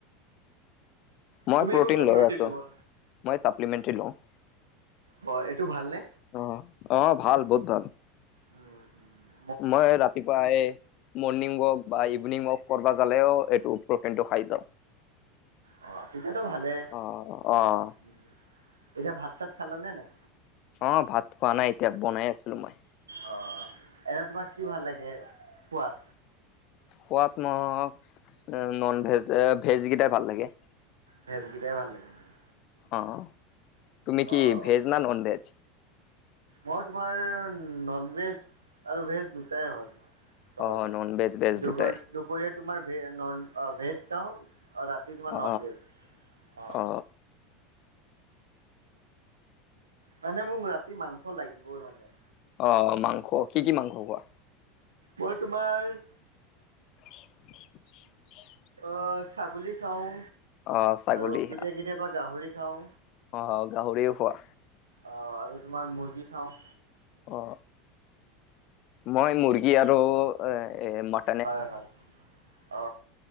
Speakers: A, on the left; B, on the right.
A: মই
B: তুমি
A: প্ৰটিন
B: কোনটো
A: লই আছো
B: লোৱা?
A: মই চাপলীলমেট্ৰি লওঁ।
B: হয় এইটো ভালনে?
A: অঁ অ ভাল বহুত ভাল।
B: উম উম
A: মই ৰাতিপুৱা এ মৰ্ণিং ৱক বা ইভিনিং ৱক কৰবা গালেও এইটো প্ৰটিনটো খাই যাওঁ।
B: অ তেতিয়াতো ভালে
A: অ', অ',
B: উম, এতিয়া ভাত চাত খালা নে নাই?
A: অঁ ভাত খোৱা নাই এতিয়া বনাই আছিলো মই।
B: অ এনে তোমাক কি ভাল লাগে খোৱাত।
A: সোৱাদ মোক নন ভেজ ভেজকেইটাই ভাল লাগে।
B: ভেজকেইটাই ভাল লাগে। মানে।
A: অঁ তুমি কি
B: অ'।
A: ভেজ নে নন ভেজ।
B: মই তোমাৰ নন ভেজ আৰু ভেজ দুটাই হয়। কবা
A: অ
B: গলে,
A: নন ভেজ ভেজ
B: দেও-
A: দুটাই
B: দুপৰীয়া তোমাৰ ভে নন অঁ ভেজ খাওঁ ৰাতি তোমাৰ
A: অ
B: নন ভেজ, অঁ।
A: অ
B: মানে মোক ৰাতি মাংস লাগিবই মানে।
A: অ মাংস কি কি মাংস খোৱা।
B: মই তোমাৰ-
A: <unintelligible>
B: অঁ ছাগলী খাওঁ।
A: অ ছাগলী
B: আৰু কেতিয়া কেতিয়াবা গাহৰি খাওঁ।
A: অ গাহৰিও খোৱা
B: অ আৰু তোমাৰ মুৰ্গী খাওঁ।
A: অ মই মুৰ্গী আৰু এ এ মট-
B: হয় হয়, অ